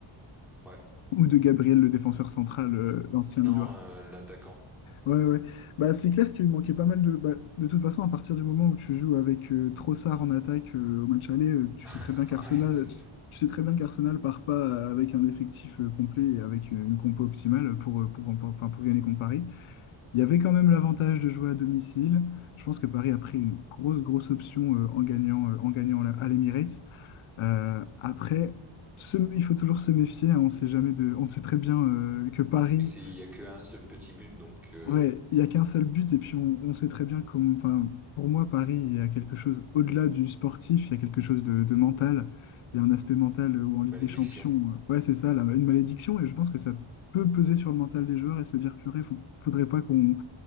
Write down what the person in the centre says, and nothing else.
Ouais.
Non,
euh, l'attaquant.
<laughs>
Ouais, c'est ça.
Et c'est- Il n'y a qu'un seul petit but, donc euh,
malédiction.